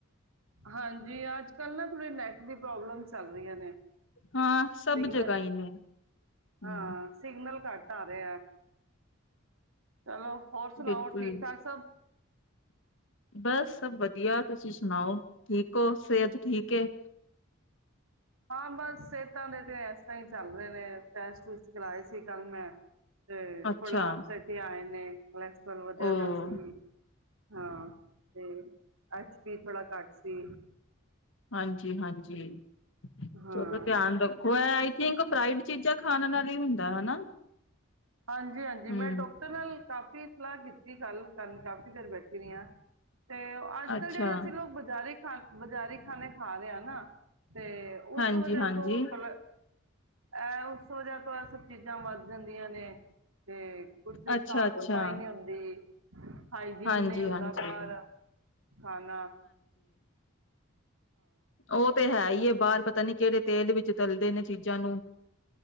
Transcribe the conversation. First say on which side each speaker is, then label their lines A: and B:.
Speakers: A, on the right; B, on the left.
A: ਹਾਂਜੀ ਅੱਜ ਕੱਲ ਨਾ ਥੋੜੇ ਨੇਟ ਦੀ ਪ੍ਰੋਬਲਮ ਚੱਲ ਰੀਆਂ ਨੇ
B: ਹਾਂ ਸਭ
A: ਸਿਗਨਲ,
B: ਜਗ੍ਹਾ ਹੀ ਨੇ ਹਮ
A: ਹਾਂ ਸਿਗਨਲ ਕੱਟ ਘੱਰੇ ਆ ਚਲੋ ਹੋਰ ਸੁਣਾਓ
B: ਬਿਲਕੁਲ
A: ਠੀਕ ਠਾਕ ਸਭ
B: ਬਸ ਸਭ ਵਦੀਆ ਤੁਸੀਂ ਸੁਣਾਓ ਠੀਕ ਓ ਸੇਹਤ ਠੀਕ ਏ?
A: ਹਾਂ ਬਸ ਸਿਹਤਾਂ ਦੇ ਤੇ ਏਸਤਰਾਂ ਹੀ ਚੱਲ ਰਏ ਨੇ ਟੈਸਟ ਟੂਸਟ ਕਰਾਏ ਸੀ ਕੱਲ ਮੈਂ ਤੇ
B: ਅੱਛਾ
A: ਥੋੜਾ ਅਪਸੇਟ ਈ ਆਏਨ ਫ੍ਰੇ ਕੁਵੈਂਸ। ਫਲੋ ਜਾਦਾ
B: ਉਹ
A: ਸੀ, ਹਾਂ ਤੇ ਐਚ ਪੀ ਥੋੜਾ ਘੱਟ ਸੀ।
B: ਹਾਂਜੀ ਹਾਂਜੀ।
A: ਹਾਂ
B: ਚਲੋ ਧਿਆਨ ਰੱਖੋ, ਏ ਆਈ ਥਿੰਕ ਫਰਾਈਡ ਚੀਜਾਂ ਖਾਣ ਨਾਲ ਹੀ ਹੁੰਦਾ ਹਨਾ
A: ਹਾਂਜੀ ਹਾਂਜੀ,
B: ਹਮ
A: ਮੈਂ ਡੋਕਟਰ ਨਾਲ ਕਾਫੀ ਸਲਾਅ ਕੀਤੀ ਕੱਲ, ਕੱਲ ਕਾਫੀ ਦੇਰ ਬੈਠੀ ਰਿਆਂ। ਤੇ ਅੱਜ-ਕੱਲ
B: ਅੱਛਾ
A: ਜੇੜੇ ਅਸੀ ਲੋਗ ਬਜਾਰੀ ਖਾ, ਬਜ਼ਾਰੀ ਖਾਨੇ ਖਾ ਰੇ ਆ ਨਾ ਤੇ ਉਸ
B: ਹਾਂਜੀ
A: ਵਜ੍ਹਾ
B: ਹਾਂਜੀ
A: ਤੋਂ ਕਲ ਐ ਉਸ ਵਜਾਅ ਤੋ ਐਸੀ ਚੀਜਾ ਵੱਧ ਜਾਂਦੀਆਂ ਨੇ। ਤੇ ਕੁੱਜ
B: ਅੱਛਾ
A: ਸਾਫ਼
B: ਅੱਛਾ
A: ਸਫ਼ਾਈ ਨਈ ਹੁੰਦੀ। ਹਾਈਜੀਨ
B: ਹਾਂਜੀ
A: ਨਈ ਹੁੰਦਾ
B: ਹਾਂਜੀ
A: ਬਾਰ ਹ ਨਾ
B: ਓ ਤੇ ਹੈ ਈ। ਏਹ ਬਾਰ ਪਤਾ ਨਹੀਂ ਕੀ ਦੇ ਤੇਲ ਵਿੱਚ ਤਲਦੇ ਨੇ ਚੀਜਾ ਨੂੰ।